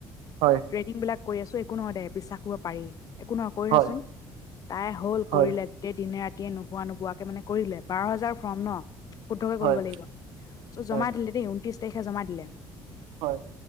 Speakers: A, on the right; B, on the left.
A: হয়।
B: ট্ৰেইডং বিলাক কৰি আছোঁ একো নহয় দে বিশ্বাস কৰিব পাৰি একো নহয়। কৰিছাচোন
A: হয়
B: তাই হ'ল
A: হয়
B: কৰিলে। দিনে ৰাতিয়ে নোহোৱা নোবোৱাকে মানে কৰি দলে বাৰ হাজাৰ ফ্ৰৰ্ম ন শুদ্ধকে
A: হয়
B: কৰিব লাগিব
A: হয়
B: জমা
A: হয়
B: দিল দেই ঊন্ত্ৰিশ তাৰিখে জমা দিলে।
A: হয়